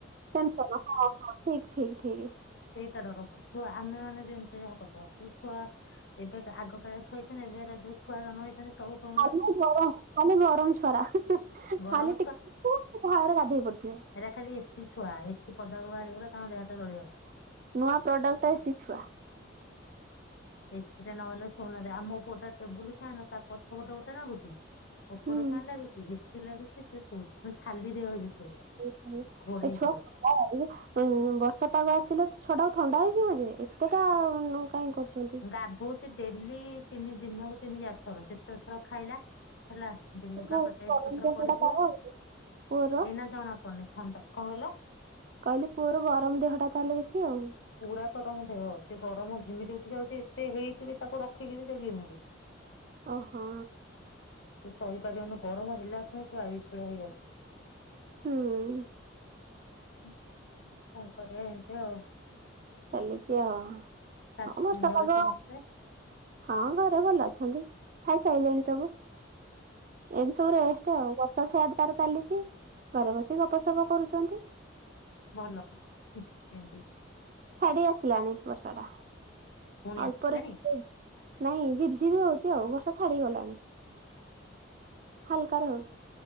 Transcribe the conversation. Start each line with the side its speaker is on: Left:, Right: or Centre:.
Right: <unintelligible> ହଁଁ ହଁ ଠିକ ଠିକ ଠିକ।
Left: ସେଇଟାଡର ଛୁଆ ଆମେ ମାନେ ଯେମିତି ଯାହା କରିଦବା ସେ ଛୁଆ ଏବେକା ଆଗ କାଳିଆ ଛୁଆ ହେଇଥିନେ ଏବେ ଏରା ଯୋଉ ଛୁଆ ଜନମହେଇଛନ୍ତି ସବୁ କ
Right: ଖାଲି ଗରମ ଖାଲି ଗରମ ଛୁଆରା ଖାଲି
Left: ଗରମ
Right: ଟିକେ ଝାଳରେ ଗାଧୋଇ ପଡିଥିବେ।
Left: ଏଇରା ଖାଲି ଏସି ଛୁଆ ଏସି ପଦାକୁ ବାହାରିଗଲେ ତାଙ୍କ ଦେହ ହାତ ଜଳିଯାଉଛି।
Right: ନୂଆ ପ୍ରୋଡ କ୍ଟ ଏସି ଛୁଆ।
Left: ଏସିରେ ନହେଲେ ଶୋଉନାହାନ୍ତି ଆମ ପୁଅଟା ଟେବୁଲ ଫ୍ୟାନ୍ ତା ପଛ ପଟେ ଗୋଟେ ଲାଗୁଛି। ଉପର
Right: ହୁଁ।
Left: ଫ୍ୟାନ ଲାଗିଛି ଏଶୀ ଲାଗିଛି ସେ ଖାଲି ଦେହରେ ସେ ଶୋଇବ।
Right: <unintelligible>
Left: ଘୋଡେଇ
Right: ବର୍ଷା
Left: ହବନି।
Right: ପାଗ ଆସିଲେ ଛୁଆଟାକୁ ଥଣ୍ଡା ହେଇଯିବନି ଏତେଟା କାଇ କରୁଛନ୍ତି।
Left: ଗାଧଉଛି ଡେଲି ତିନି ଦିନକୁ ତିନି ଚାରି ଥର ଯେତେ ଥର ଖାଇଲା। ହେଲା ଯେ ଲୁଗା
Right: ପୁଅକୁ
Left: ପଟ ଡ୍ରେସ୍
Right: ଗରମ
Left: ପତ୍ର
Right: ଦେହଟା
Left: ପଡ଼ିଥିବ
Right: ତାର ଆଉ ପୁଅର
Left: ଏଇନା ଜଣା ପଡନି। ଥଣ୍ଡା କଣ କହିଲ?
Right: କହିଲି ପୁଅର ଗରମ ଦେହଟା ତାହେଲେ ବେଶୀ ଆଉ।
Left: ପୁରା ଗରମ ଦେହ ସିଏ ଗରମ ଘିମିରି ଉଠି ଯାଉଛି ଏତେ ହେଇକିବି ତାକୁ ରଖିକୀରି ସେଇ ଘିମିରି। <inaudible>
Right: ଓହୋ।
Left: ସେ ସହିପାରିବନି ଗରମ ହେଲା କ୍ଷଣି ସେ ବାୟୁ ବିଛୁଳା ହେଇଯାଉଛି। <unintelligible>
Right: ହୁଁ ଚାଲିଛି ଆଉ
Left: ତା
Right: ହଁ ବର୍ଷା
Left: ଘରେ
Right: ପାଗ
Left: ସମସ୍ତେ
Right: ହଁ ଘରେ ଭଲ ଅଛନ୍ତି ଖାଇସାରିଲେଣି ସବୁ। ଏଇନେ ସବୁ ରେଷ୍ଟ ଆଉ ଗ ସେଆଡ ତାର ଚାଲିଛି ଘରେ ବସିକ ଗପସପ କରୁଛନ୍ତି।
Left: ଭଲ ସେମତି।
Right: ଛାଡି ଆସିଲାଣି ବର୍ଷା ଟା
Left: ପୁଣି
Right: ଅଳ୍ପରେ
Left: ଆସିଲାଣି।
Right: ନାଇଁ ଝିପ୍ ଝିପ୍ ହଉଛି ଆଉ ବର୍ଷା ଛାଡିଗଲାଣି ହାଲକା ରେ ହଉଛି।